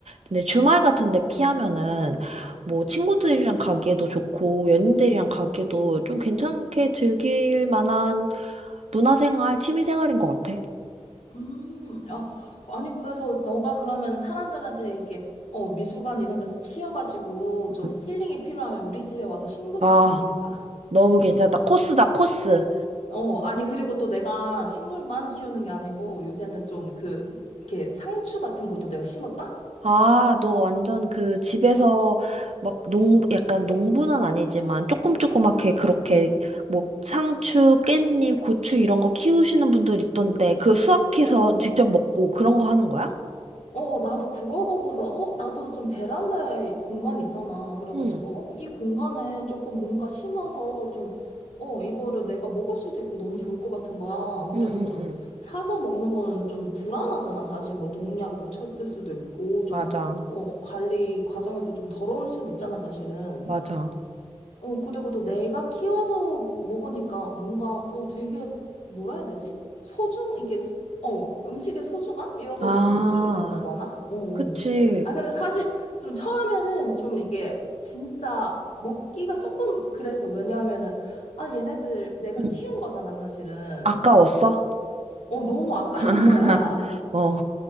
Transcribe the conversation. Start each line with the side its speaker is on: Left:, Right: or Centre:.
Right: 근데 주말 같은데 피하면은, 뭐, 친구들이랑 가기에도 좋고, 연인들이랑 가기에도 좀 괜찮게 즐길 만한 문화생활, 취미생활인 것 같아.
Left: 음, 야, 아니, 그래서 너가 그러면 사람들한테 이렇게 어, 미술관 이런 데서 치여가지고 좀
Right: 음.
Left: 힐링이 필요하면 우리 집에 와서 식물을
Right: 아,
Left: 보면 되겠다.
Right: 너무 괜찮다. 코스다, 코스.
Left: 어, 아니, 그리고 또 내가 식물만 키우는 게 아니고 요새는 좀 그, 이렇게 상추 같은 것도 내가 심었다?
Right: 아, 너 완전 그 집에서 막 농, 약간 농부는 아니지만 조금 조그맣게 그렇게 뭐 상추, 깻잎, 고추 이런 거 키우시는 분들 있던데 그 수확해서
Left: 어,
Right: 직접 먹고 그런 거 하는 거야?
Left: 어, 나도 그거 보고서, 어, 나도 좀 베란다에 공간 있잖아. 그래가지고,
Right: 응,
Left: 어, 이 공간에 조금 뭔가 심어서 좀, 어, 이거를 내가 먹을 수도 있고 너무 좋을 것 같은 거야. 아무래도
Right: 응, 응,
Left: 좀
Right: 응.
Left: 사서 먹는 거는 좀 불안하잖아. 사실 뭐 농약을 쳤을 수도 있고, 좀,
Right: 맞아,
Left: 어, 관리 과정에서 좀 더러울 수도 있잖아, 사실은.
Right: 맞아.
Left: 어, 그리고 또 내가 키워서 먹으니까 뭔가, 어, 되게, 뭐라 해야 되지? 소중, 이게, 수- 어, 음식의 소중함? 이런
Right: 아,
Left: 거를 좀 느끼게 됐다고 하나? 어, 어.
Right: 그치.
Left: 아, 근데 사실 좀 처음에는 좀 이게 진짜 먹기가 조금 그랬어. 왜냐하면은, 아, 얘네들 내가
Right: 응.
Left: 키운 거잖아, 사실은.
Right: 아까웠어?
Left: 어, 너무 아까운
Right: <laughs>
Left: 거야.
Right: 어.